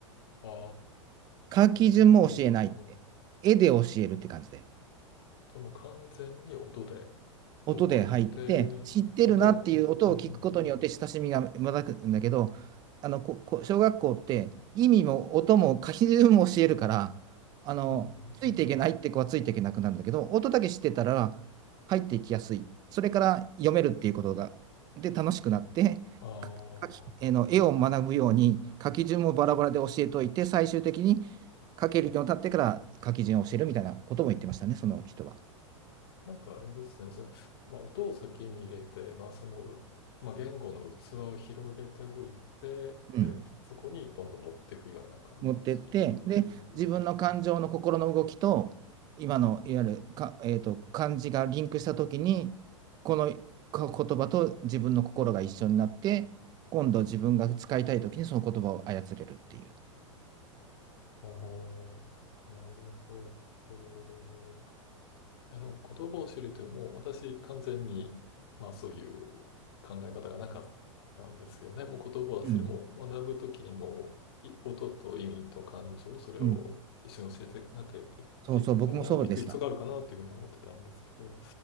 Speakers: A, on the left; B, on the right.
A: ああ、
B: 書き順も教えないって。
A: なるほど。
B: 絵で教えるって感じで。
A: じゃあもう完全に音で。
B: 音で入って、
A: 覚え
B: 知ってるなっていう音を聞くことによって親しみがまくんだけど、
A: て、音、うんうん
B: あのここ小学校って意味も音も書き順も教えるから、あのついていけないって子はついていけなくなるんだけど、
A: うんうんうん。
B: 音だけ知ってたら入っていきやすい。それから読めるっていうことが、で楽しくなって、
A: あ
B: か書きえーの絵を学ぶように書き順もバラバラで教えといて、最終的に書けるようになってから書き順を教えるみたいなことも言ってましたね、その人は。
A: あ、なんかあれですね。じゃあ、まあ、音を先に入れて、まあ、その、うまあ、言語の器を広げておいて、
B: うん
A: で、そこにどんどん持っていくような感じ。
B: 持ってって、で、自分の感情の心の動きと、今のいわゆるか、えーと、漢字がリンクしたときに、このか言葉と自分の心が一緒になって、今度自分が使いたいときにその言葉を操れるっていう。
A: ああ、なるほど。いや、でも言葉を知るっていうのも、私完全に、まあそういう考え方がなかったんですよね。もう言葉を知る、
B: うん。
A: もう学ぶときにも、い音と意味と感情、それを一緒に教えて、
B: うん。
A: なくいて、
B: そうそう、
A: あの、
B: 僕もそうでした。
A: 行く必要があるかなというふうに思ってたんですけど、